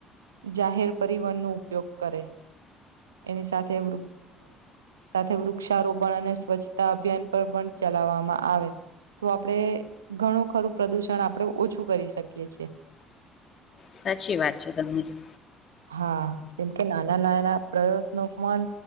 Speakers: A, on the right; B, on the left.
A: જાહેર પરિવહન, નો ઉપયોગ કરે એની સાથે વૃ સાથે વૃક્ષારોપણ અને સ્વચ્છતા, અભિયાન પર પણ ચલાવવામા આવે, તો આપણે ઘણું ખરું પ્રદુષણ આપણે ઓછું કરી શકીએ છેએ
B: સાચી વાત છે તમરી
A: હા કેમ કે નાના નાના પ્રયત્નો પણ